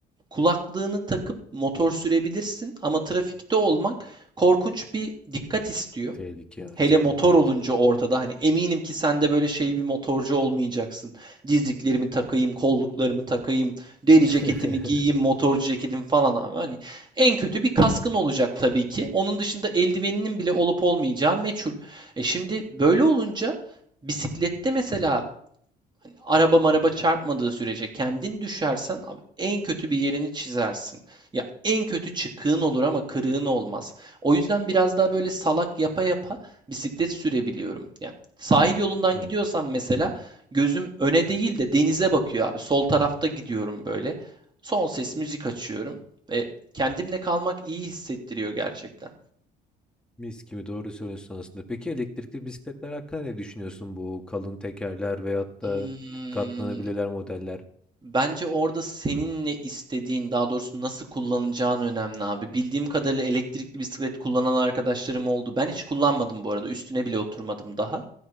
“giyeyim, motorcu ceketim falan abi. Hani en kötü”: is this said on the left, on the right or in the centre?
Right